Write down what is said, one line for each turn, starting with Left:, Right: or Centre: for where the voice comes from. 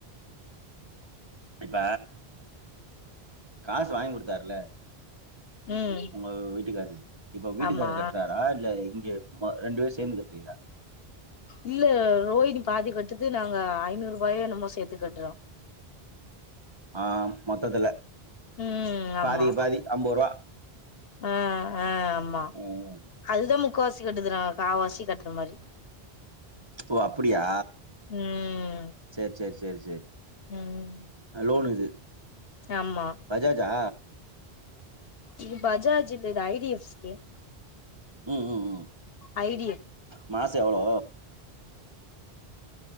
Right: இப்ப காசு வாங்கி குடுத்தாருல
Left: ம்
Right: உங்க வீட்டுக்காரு இப்ப வீட்டுக்காரு
Left: ஆமா
Right: கட்டுறாரா இல்ல ரெண்டு பேரு சேந்து கட்டுறீங்களா
Left: இல்ல ரோஹினி பாதி கட்டுது நாங்க ஐநூறு ரூபாயோ என்னமோ சேத்து கட்றோ
Right: ஆ மொத்தத்துல
Left: ம் ஆமா
Right: பாதிக்கு பாதி அம்பதுருபா
Left: ஆ ஆ ஆமா
Right: ம்.
Left: அதுதா முக்கவாசி கட்டுதுநா காவாசி கட்டுற மாரி
Right: ஓ அப்பிடியா
Left: ம்
Right: சேரி சேரி சேரி சேரி
Left: ம்
Right: அ லோன் இது
Left: ஆமா
Right: பஜாஜா
Left: இது பஜாஜ் இல்ல இது ஐ டி எஃப் சி
Right: ம் ம் ம்
Left: ஐ டி யல்
Right: மாசோ எவ்ளோ